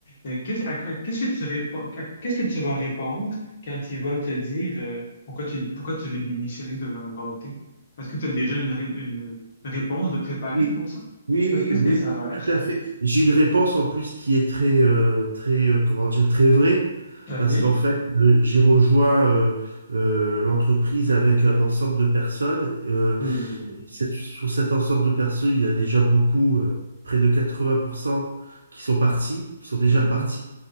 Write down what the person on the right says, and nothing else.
Oui,
oui, oui,
oui,
oui,
tout
à fait. J'ai une réponse en plus qui est très, euh, très, euh, comment dire, très vraie,
parce qu'en fait, euh, j'ai rejoint euh, euh, l'entreprise avec un ensemble de personnes. Euh,
Cette- sur cet ensemble de personnes, il y a déjà beaucoup, euh, près de 80% qui sont partis, qui sont déjà
partis.